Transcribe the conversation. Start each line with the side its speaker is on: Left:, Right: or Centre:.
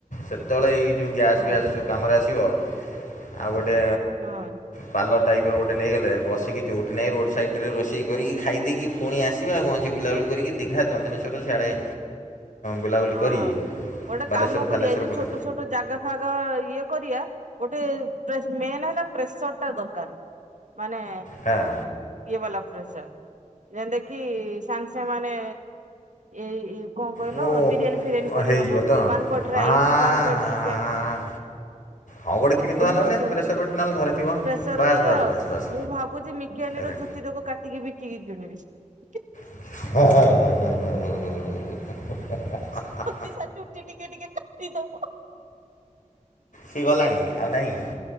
Left: ସେତେବେଳେ ଏଇ ଯୋଉ ଗ୍ୟାସ୍
Right: ହଁ
Left: ଫ୍ୟାସ୍ ସବୁ କାମରେ ଆସିବ ଆଉ ଗୋଟେ
Right: ହଁ।
Left: ପାଲ ଟାଇପ୍ ର ଗୋଟେ ନେଇଗଲେ ବସିକି ଯୋଉଠି ନାହିଁ ରୋଡ଼୍ ସାଇଡ଼୍ ରେ ରୋଷେଇ କରିକି ଖାଇ ଦେଇକି ପୁଣି ଆସିବା ଆଉ କଣ ଅଛି ବୁଲାବୁଲି କରିକି ଦୀଘା ଚନ୍ଦନେଶ୍ୱର ସିଆଡ଼େ ବୁଲାବୁଲି
Right: ହଁ
Left: କରି
Right: ଗୋଟେ
Left: ବାଲେଶ୍ୱର
Right: କାମ କରିଆ
Left: ଫାଲେଶ୍ୱର
Right: ଏଇ ଯୋଉ
Left: ବୁଲେ
Right: ଛୋଟ ଛୋ ଟେ ଜାଗା ଫାଗା ଇଏ କରିଆ ଗୋଟେ ପ୍ରେ ମେନ୍ ହେଲା ପ୍ରେସର ଟା ଦରକାର। ମାନେ
Left: ହଁ।
Right: ଇଏ ବାଲା ପ୍ରସର। ଯେମତା କିି ସାଙ୍ଗେସାଙ୍ଗେ ମାନେ ଏଇ କଣ କହିଲ
Left: ମୁଁ
Right: ବିରିୟାନୀ ଫିରିୟାନୀ କରିହବ
Left: ହେଇଯିବ ତ
Right: ୱାନ୍ ପଟ ରାଇସ୍
Left: ଆଁ
Right: ୱାନ ପଟ ଚିକେନ।
Left: ହଁ ଗୋଟେ କିଣିଦବା
Right: ବୁଝିପାରୁଛ
Left: ନହେଲେ ପ୍ରେସର
Right: ନା
Left: ଗୋଟେ ନହେଲେ ଘରେ ଥିବ
Right: ପ୍ରେସର
Left: ବାସ୍
Right: କରିବା
Left: ବାସ୍
Right: ଆଉ
Left: ବାସ୍ ବାସ୍
Right: ମୁଁ ଭାବୁଛି ମିକିଆଣ୍ଟିର
Left: ଆରେ
Right: ଚୁ ଟି ତକୁ କାଟିକି ବିକିକି କିଣିବି ହି।
Left: ହଁ <unintelligible>
Right: ଜି ତା ଚୁଟି ଟିକେ ଟିକେ କାଟିଦବୁ ହଁ।
Left: ଖି ଗଲାଣି ଆଉ ନାହିଁ